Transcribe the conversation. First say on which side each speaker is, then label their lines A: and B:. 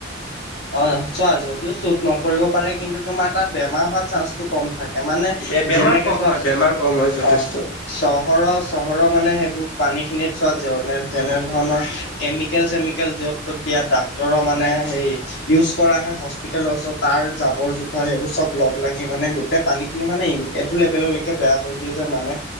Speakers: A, on the left; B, on the left.
A: অ, চোৱা যদিও শুট নকৰিব পাৰে কিন্তু তোমাৰ তাত বেমাৰ হোৱা চান্সটো কম থাকে। মানে
B: বে বেমাৰ
A: যেনেকে
B: কম
A: চোৱা
B: হয় বেমাৰ কম হয় যথেষ্ট
A: অ', চহৰৰ-চহৰৰ মানে সেইবোৰ পানী খিনিত চোৱা যেনে যেনে ধৰণৰ কেমিকেল চেমিকেল য'ত ত'ত দিয়া ডাক্তৰৰ মানে সেই ইউজ কৰা আহে হস্পিতেেলৰ ওচৰত তাৰ জাবৰ জোথৰ সেইবোৰ চব লগ লাগি মানে গোটেই পানীখিনি মানে এইটো লেভেললৈকে বেয়া কৰি দিয়ে। যে মানে